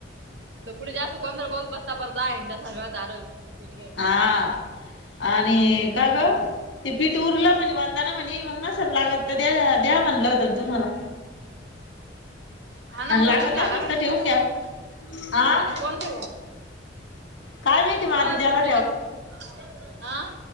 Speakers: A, on the right; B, on the left.
A: म्हणल कुठ जास्त गोंधळ बोलत बसता परदा एकदा सगळं दार कुदळत
B: हा आणि का ग ते पीठ
A: अ
B: उरलं म्हणे वन ना म्हणे मग नसल लागत तर द्या द्या म्हणलं होतं ना तुम्हाला
A: हा ना
B: आणि
A: मोजून
B: लागत
A: घ्यालागल
B: असेल तर
A: उदया
B: ठेवून
A: आता
B: घ्या
A: तुम्हाला
B: आ
A: आता कोणते
B: काय माहिती मग आता
A: हा
B: द्याला
A: उरेल आहे आ